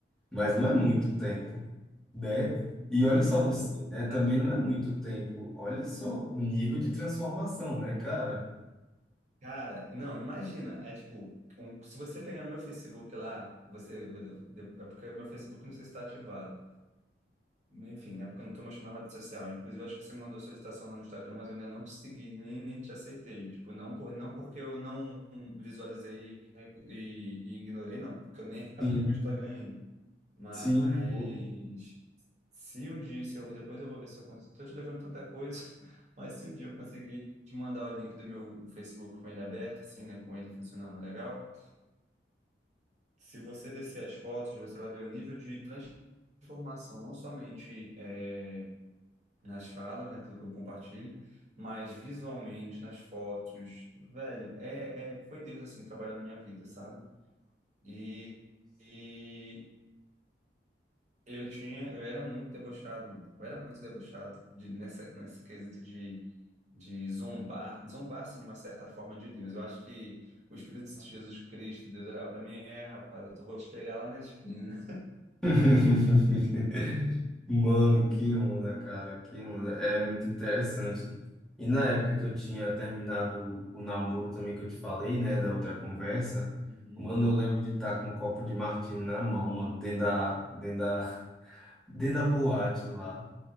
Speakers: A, in the centre; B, on the right.
A: Mas não é muito tempo, né? E olha
B: Hum,
A: só você, né?
B: pra
A: Também
B: mim.
A: não é muito tempo. Olha só o nível de transformação, né, cara?
B: Cara, não, imagina, é tipo, um- se você pegar no meu Facebook lá, você, é porque o meu Facebook não sei se está ativado, Enfim, né? Porque eu não tô mostrando na rede social. Inclusive, eu acho que você mandou solicitação lá no Instagram, mas eu ainda não te segui, nem, nem te aceitei. Tipo, não, por, não porque eu não visualizei e, e ignorei, não. Porque eu nem <laughs> abri
A: Sim,
B: meu Instagram ainda. Mas
A: sim, boa.
B: se um dia, se eu, depois eu vou ver se eu consigo. Tô te devendo tanta coisa, <laughs> mas se um dia eu conseguir te mandar o link do meu Facebook com ele aberto, assim, né? Com ele funcionando legal. Se você descer as fotos, você vai ver o nível de transformação, não somente. É, nas falas, naquilo que eu compartilho, mas visualmente, nas fotos, velho, é, é, foi Deus assim trabalhando na minha vida, sabe? E, e eu tinha, eu era muito debochado, eu era muito debochado de, nessa, nesse quesito de, de zombar, zombar assim de uma certa forma de Deus. Eu acho que o Espírito Santo, Jesus Cristo, Deus olhava para mim, é, rapaz, eu tô- vou te pegar lá na esquina.
A: <laughs> Mano, que onda, cara, que onda. É muito interessante. E na época que eu tinha terminado o namoro também que eu te falei, né, da outra conversa,
B: Uhum.
A: mano, eu lembro de estar com um copo de martini na mão, mano, dentro da, dentro da, <laughs> dentro da boate lá.